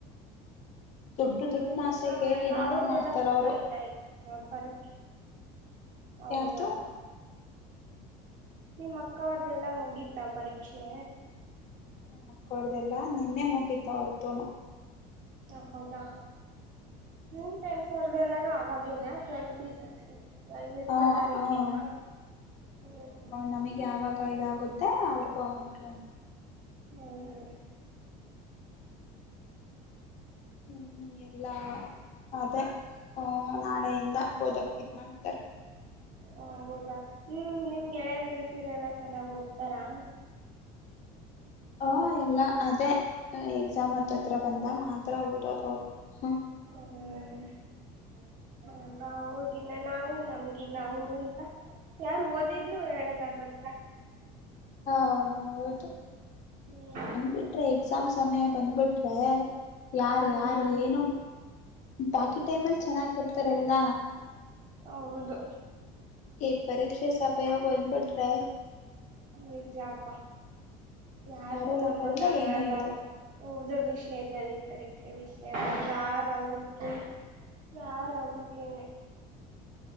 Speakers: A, on the left; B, on the right.
A: ದುಡ್ಡು ದುಡ್ನ
B: ನಿಮ್ಮ
A: ಆಸೆಗೆ
B: ಅಕ್ಕ ಅವರೆಲ್ಲ
A: ಏನೇನೋ
B: ಅವ್ರ್ದೆಲ್ಲಾ
A: ಮಾಡ್ತಾರ
B: ಮುಗ್ದೋಯ್ತಾ
A: ಅವರು
B: ಇ ಹ ಪರೀಕ್ಷೆ ಹೌದಪ್ಪ.
A: ಯಾರ್ದು
B: ನಿಮ್ಮ ಅಕ್ಕ ಅವ್ರ್ದೆಲ್ಲಾ ಮುಗಿತ ಪರೀಕ್ಷೆ.
A: ಮಕ್ಕ ಅವರದೆಲ್ಲ ನಿನ್ನೆ ಮುಗಿತ ಅವರದುನು.
B: ಹ ಹೌದಾ ನಿನ್ ಫ್ರೆಂಡ್ಸ್ ಅವ್ರ್ದಲ್ಲಾನು ಅವಾಗೇನ ಟ್ವೆಂಟಿ ಇದು ಇಪ್ಪತ್ತಾರೀಕೇನಾ
A: ಹ ಹ
B: ಹ್ಮ.
A: ನಮಗೆ ಯಾವಾಗ ಇದಾಗುತ್ತೆ ಅವ್ರಿಗೂ ಆವಾಗ್ಲೇ.
B: ಹ್ಮ ಹಾ
A: ಹ್ಮ್ ಎಲ್ಲ ಅದೇ ಆ ನಾಳೆಯಿಂದ ಓದಕ್ ಇದ್ ಮಾಡ್ತಾರೆ.
B: ಹ ಹೌದಾ ನಿಮ್ ಗೆಳೆಯಗೆ ಇಲ್ತೀರಲ್ಲ ಚೆನ್ನಾಗಿ ಓದ್ತೀರಾ.
A: ಹ ಎಲ್ಲ ಅದೇ ಎಕ್ಸಾಮ್ ಹತ್ತತ್ರ ಬಂದಾಗ ಮಾತ್ರ ಓದೋದವರು ಹ್ಮ.
B: ಹ್ಮ ಅವರ್ಗಿನ್ನ ನಾವು ನಮ್ಗಿನ್ನ ಅವರು ಅಂತ ಯಾರು ಓದಿದ್ ನೀವು ಹೇಳಲಾಗುತ್ತಾ.
A: ಹ ಹೌದೌದು
B: ಹ್ಮ್
A: ಬಂದ್ಬಿಟ್ರೆ ಎಕ್ಸಾಮ್ಸ್ ಸಮಯ ಬಂದ್ಬಿಟ್ರೆ. ಯಾರ
B: ಹ್ಮ್
A: ಯಾರು ಏನು ಬಾಕಿ ಟೈಮಲ್ಲಿ ಚೆನ್ನಾಗಿರ್ತಾರೆಲ್ಲ.
B: ಹೌದು
A: ಈ ಪರೀಕ್ಷೆ ಸಮಯ ಬಂದ ಬಿಟ್ರೆ.
B: ನಿಜಾಪಾ ಯಾರನ್ನೂ
A: ಯಾರು ಮಾತಾಡಲ್ಲ
B: ನಂಬೋಕೆ ಆಗಲ್ಲ.
A: ಏನು ಹೇಳಲ್ಲ
B: ಓದೋ ವಿಷಯದಲ್ಲಿ ಪರೀಕ್ಷೆ ವಿಷಯದಲ್ಲಿ ಯಾರ ಅವರು. ಹ ಯಾರ ಅವ್ರಗೇನೆ.